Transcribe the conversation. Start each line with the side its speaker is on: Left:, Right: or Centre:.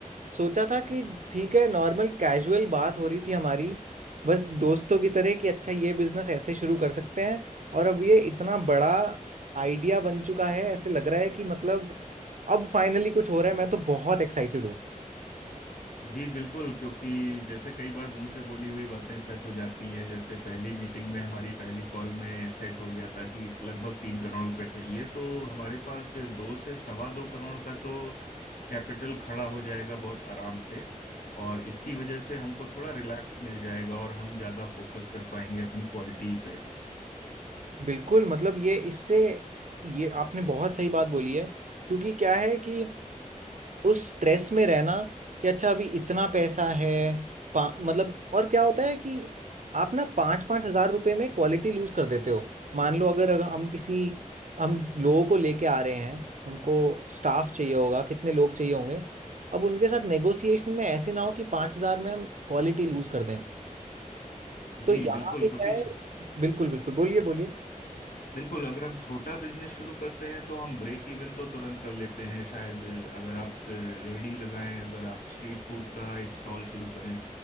Right: सोचा था कि ठीक है नॉर्मल कैजुअल बात हो रही थी हमारी बस दोस्तों की तरह कि अच्छा ये बिजनेस ऐसे शुरू कर सकते हैं और अब ये इतना बड़ा आइडिया बन चुका है ऐसे लग रहा है कि मतलब अब फाइनली कुछ हो रहा है मैं तो बहुत एक्साइटेड हूँ।
Left: जी बिल्कुल क्योंकि जैसे कई बार मुंह से बोली हुई बातें सच हो जाती हैं जैसे पहली मीटिंग में हमारी पहली कॉल में सेट हो गया था कि लगभग तीन करोड़ रुपए चाहिए तो हमारे पास दो से सवा दो करोड़ का तो कैपिटल खड़ा हो जाएगा बहुत आराम से और इसकी वजह से हमको थोड़ा रिलैक्स मिल जाएगा और हम ज़्यादा फोकस कर पाएंगे अपनी क्वालिटी पे
Right: बिल्कुल मतलब ये इससे ये आपने बहुत सही बात बोली है क्योंकि क्या है कि उस स्ट्रेस में रहना कि अच्छा अभी इतना पैसा है पा, मतलब और क्या होता है कि आप ना पाँच पाँच हजार रुपए में क्वालिटी लूज कर देते हो मान लो अगर अगर हम किसी हम लोगों को लेके आ रहे हैं हमको स्टाफ चाहिए होगा कितने लोग चाहिए होंगे अब उनके साथ नेगोशिएशन में ऐसे ना हो कि पाँच हजार में हम क्वालिटी लूज कर दें तो
Left: जी
Right: यहाँ
Left: बिल्कुल
Right: पे क्या
Left: क्योंकि
Right: है बिल्कुल बिल्कुल बोलिए बोलिए
Left: बिल्कुल अगर हम छोटा बिजनेस शुरू करते हैं तो हम ब्रेक इवन तो तुरंत कर लेते हैं शायद अ, अगर आप अ, रेहड़ी लगाएं अगर आप स्ट्रीट फूड का एक स्टॉल शुरू करें